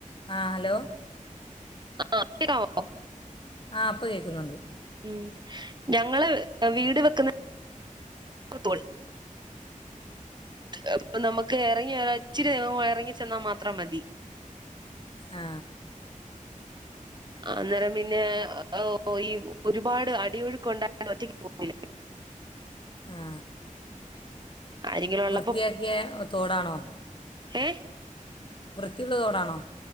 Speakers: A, on the left; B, on the right.
A: ആ ഹലോ
B: ആ കോക്കാവോ
A: ആ ഇപ്പ കേക്കുന്നുണ്ട്
B: ഉം ഞങ്ങള് വീട് വെക്കുന്ന തോൾ അ നമുക്ക് ഇറങ്ങി ഒ ഇച്ചിരി ഇറങ്ങി ചെന്നാൽ മാത്രം മതി
A: ആ
B: അന്നേരം പിന്നെ ആ ഈ ഒരുപാട് അടിയൊഴുക്ക് ഉണ്ടായ ഒറ്റക്ക് പോകില്ലേ
A: ആ
B: ആരെങ്കിലും ഉള്ള
A: വൃത്യാക്കിയ തോടാണോ
B: ഏ
A: വൃത്തിയുള്ളതോടാണോ